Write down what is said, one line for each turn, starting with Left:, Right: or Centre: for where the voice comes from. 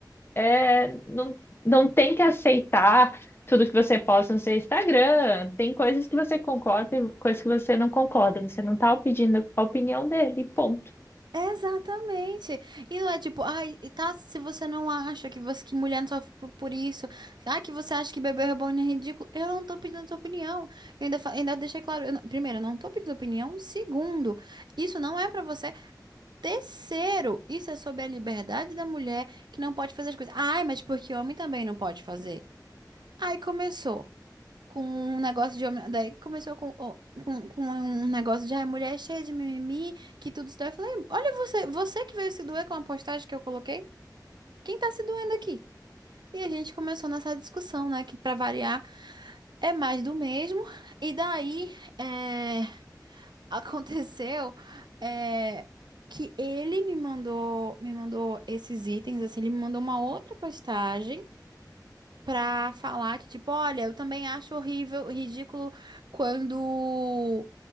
Left: é, não, não tem que aceitar tudo que você posta no seu Instagram. Tem coisas que você concorda e coisas que você não concorda. Você não tá pedindo a opinião dele, ponto.
Right: Exatamente. E não é tipo, ai, e tá, se você não acha que você que mulher não sofre por, por isso, ai, que você acha que bebê reborn é ridículo, eu não tô pedindo sua opinião. Eu ainda, fa- ainda deixei claro, eu não- primeiro, eu não tô pedindo opinião. Segundo, isso não é pra você. Terceiro, isso é sobre a liberdade da mulher que não pode fazer as coisas. Ai, mas porque homem também não pode fazer. Aí começou com um negócio de homem. Daí começou com, o- com, com um negócio de ai, mulher é cheia de mimimi, que tudo isso. daí. Eu falei, olha você, você que veio se doer com a postagem que eu coloquei, quem tá se doendo aqui? E a gente começou nessa discussão, né? Que pra variar é mais do mesmo. E daí. é, aconteceu é, que ele me mandou, me mandou esses itens, assim, ele me mandou uma outra postagem pra falar que, tipo, olha, eu também acho horrível, ridículo quando